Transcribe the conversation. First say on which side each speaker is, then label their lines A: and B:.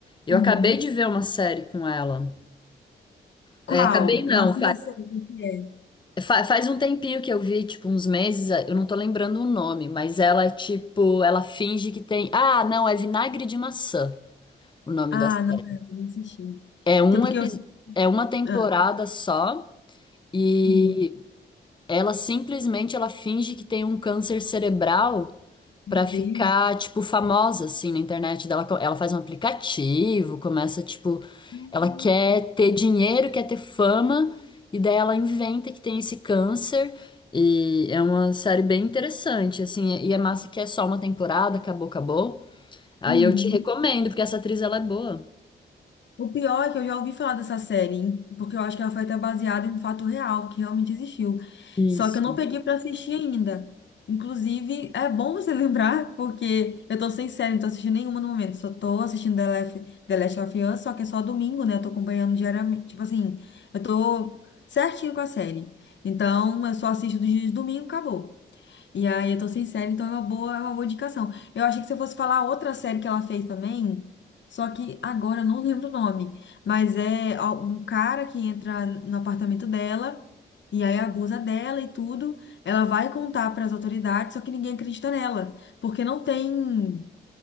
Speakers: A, on the left (about 20°); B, on the left (about 60°).
A: eu
B: Uhum.
A: acabei de ver uma série com ela.
B: Qual?
A: É, acabei não,
B: Eu acho que já sei o que é.
A: Fa- Faz um tempinho que eu vi, tipo, uns meses, eu não tô lembrando o nome, mas ela, tipo, ela finge que tem. Ah, não, é Vinagre de Maçã, o nome
B: Ah,
A: da série.
B: não, é, eu não assisti.
A: É um
B: Então, porque
A: epi...
B: eu.
A: é uma temporada
B: Ah,
A: só e
B: uhum. Meu
A: ela simplesmente ela finge que tem um câncer cerebral Pra
B: Deus.
A: ficar, tipo, famosa, assim, na internet dela. co- Ela faz um aplicativo, começa, tipo,
B: Caraca.
A: ela quer ter dinheiro, quer ter fama, e daí ela inventa que tem esse câncer. E é uma série bem interessante, assim, e é massa que é só uma temporada, acabou, acabou. Aí
B: Uhum.
A: eu te recomendo, porque essa atriz, ela é boa.
B: O pior é que eu já ouvi falar dessa série, hein? porque eu acho que ela foi até baseada em um fato real que realmente existiu.
A: Isso,
B: Só que eu não peguei pra assistir ainda. Inclusive, é bom você <laughs> lembrar, porque eu tô sem série, não tô assistindo nenhuma no momento. Só tô assistindo The Lef- The Last of Us, só que é só domingo, né? Eu tô acompanhando diariamente. Tipo assim, eu tô certinho com a série. Então, eu só assisto dos dias de domingo, acabou. E aí, eu tô sem série, então é uma boa, é uma boa indicação. Eu achei que você fosse falar outra série que ela fez também, só que agora eu não lembro o nome. Mas é al- um cara que entra no apartamento dela e aí abusa dela e tudo. Ela vai contar pras autoridades, só que ninguém acredita nela, porque não tem,